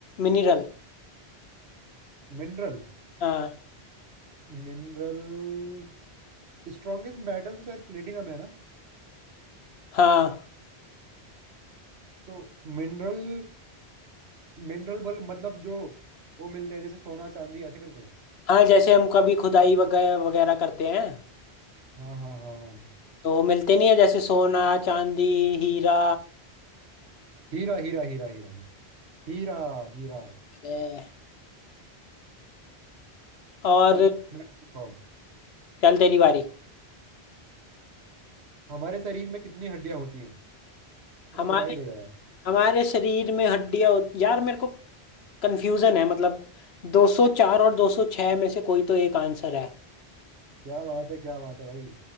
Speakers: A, on the left (about 70°); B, on the right (about 75°).
A: मिनरल
B: Mineral
A: हाँ
B: Mineral strongest metal तो शायद प्लेटिनम है ना
A: हाँ
B: तो मिनरल मिनरल बल मतलब जो वो मिलते हैं जैसे सोना चांदी ऐसे करके
A: हाँ जैसे हम कभी खुदाई वगैरह वगैरह करते हैं
B: हाँ हाँ हाँ हाँ
A: तो मिलते नहीं है जैसे सोना चांदी हीरा
B: हीरा हीरा हीरा हीरा हीरा हीरा
A: अरे और
B: चल मैं पूछता हूँ।
A: चल तेरी बारी
B: हमारे शरीर में कितनी हड्डियां होती हैं मैं
A: हमारे
B: तो बता ही देगा यार
A: हमारे शरीर में हड्डियां होत- यार मेरे को कंफ्यूजन है मतलब 204 और 206 में से कोई तो एक आंसर है
B: क्या बात है क्या बात है भाई